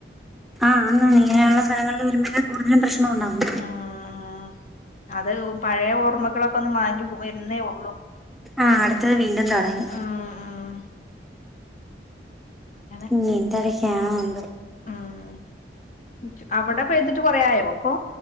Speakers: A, in the centre; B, on the left.
A: ആഹ് ആന്ന് അങ്ങനെയുള്ള സ്ഥലങ്ങൾള് ഒരു വിധം കൂടുതലും പ്രശ്നം ഉണ്ടാവുന്നേ
B: ആഹ് അതായത് പഴേ ഓർമ്മകളൊക്കെ ഒന്ന് മാഞ്ഞു പോയി വരുന്നേ ഒള്ളു
A: ആഹ് അടുത്തത് വീണ്ടും തൊടങ്ങി
B: ഉം ഉം ഇങ്ങനെ
A: ഇനി എന്തെരെക്കെ ആണോ എന്തോ
B: ആഹ് അവടെ പെയ്തിട്ട് കൊറേ ആയോ ഇപ്പൊ